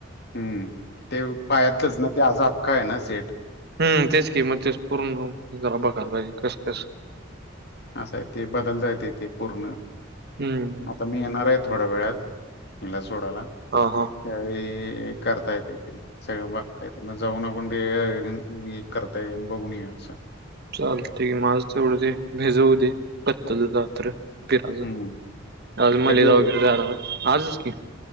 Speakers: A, on the left; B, on the right.
A: हम्म! ते पायातलंच ना ते असा अख्खं आहे ना सेट.
B: हम्म तेच कि मत ते पूर्ण जरा बघायला पाहिजे कसं कस?
A: असा आहे तेे बदलता य तेे पूर्ण
B: हम्म
A: आता मी येणार हाय थोड्या वेळात, हिला सोडाला
B: हा हा
A: त्यावेळी ते करता येते ते सगळं बघता येतय. मग जाऊन आपण ते करता ये बघून ये अच्छा.
B: चालतेय माझं तेवढं ते भेजवू दे कत्तल रात्र फिराचं
A: हम्म
B: आज मलिदा
A: कधी
B: वगैरे झाला, आजच की.